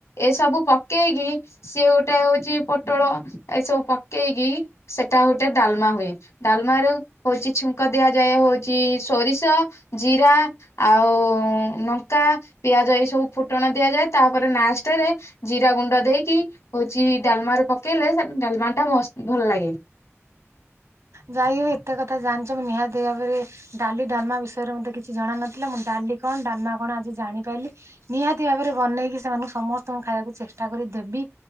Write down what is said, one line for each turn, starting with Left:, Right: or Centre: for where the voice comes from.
Left: ଏସବୁ ପକେଇକି କି ସିଏ ଗୋଟେ ହଉଚି ପୋଟଳ ଏ ସବୁ ପକେଇକି ସେଟା ଗୋଟେ ଡାଲମା ହୁଏ। ଡାଲମାରୁ ହଉଚି ଛୁଙ୍କ ଦିଆଯାଏ ହଉଚି ସୋରିଷ, ଜିରା ଆଉ ନଙ୍କା, ପିଆଜ ଏଇ ସବୁ ଫୁଟଣ ଦିଆଯାଏ ତାପରେ ନାଷ୍ଟେରେ ଜିରା ଗୁଣ୍ଡ ଦେଇକି ହଉଚି ଡାଲମାରେ ପକେଇଲେ ସେ ଡାଲମାଟା ମସ୍ତ ଭଲ ଲାଗେ।
Right: ଯାଇ ହଉ ଏତେ କଥା ଜାଣିଚ, ମୁଁ ନିହାତି ଭାବେରେ ଡାଲି ଡାଲମା ବିଷୟରେ ମତେ କିଛି ଜଣା ନଥିଲା ମୁଁ ଡା ଡାଲି କଣ ଡାଲମା କଣ ଆଜି ଜାଣି ପାଇଲି ନିହାତି ଭାବେରେ ବନେଇକି ସେମାନଙ୍କୁ ସମସ୍ତଙ୍କୁ ଖାଇବାକୁ ଚେଷ୍ଟା କରି ଦେବି